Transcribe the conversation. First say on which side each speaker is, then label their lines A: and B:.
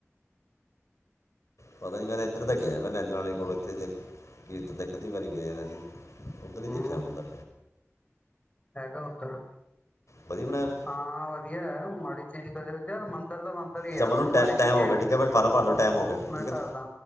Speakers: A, on the left; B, on the left.
A: ਪਤਾ ਨੀ ਮੈਂ ਤਾਂ ਇੱਧਰ ਦਾ ਗਿਆ ਮੈਂ ਨੈਣਾ ਆਲੀ ਕੋਲ ਇੱਥੇ ਕੀਰਤਨ ਦਾ ਇਕ ਅੱਧੀ ਵਾਰੀ ਗਿਆ ਸੀ ਉੱਧਰ ਨਹੀਂ
B: ਹੂੰ
A: ਦੇਖਿਆ ਮੰਦਿਰ
B: ਹੈਗਾ ਉੱਧਰ
A: ਵਧੀਆ ਬਣਾਇਆ ਹੋਇਆ
B: ਹਾਂ ਵਧੀਆ ਐ ਮਾੜੀ ਚੀਜ਼ ਕਦੇ ਇੱਧਰ ਤਾਂ ਮੰਦਿਰ ਈ
A: ਚਾ
B: ਆ
A: ਮੈਨੂੰ ਟੈ ਟਾਈਮ ਹੋ ਗਿਆ ਠੀਕ
B: <unintelligible>
A: ਹੈ ਬਟ ਫਾਰਮ ਭਰ ਦੋ ਟਾਈਮ ਹੋ ਗਿਆ
B: ਮੈਂ
A: ਠੀਕ
B: ਕਰਦਾ
A: ਹੈ